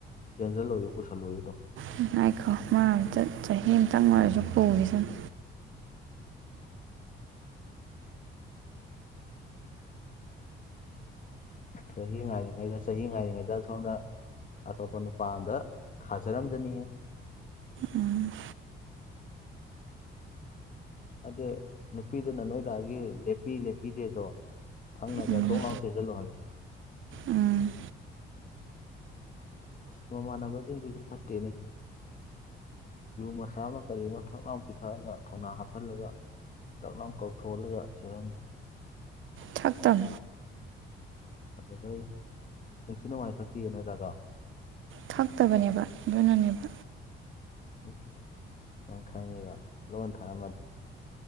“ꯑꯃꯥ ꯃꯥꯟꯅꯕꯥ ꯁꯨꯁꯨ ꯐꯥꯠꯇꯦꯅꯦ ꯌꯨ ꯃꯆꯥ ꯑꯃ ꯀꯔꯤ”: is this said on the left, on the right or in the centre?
Left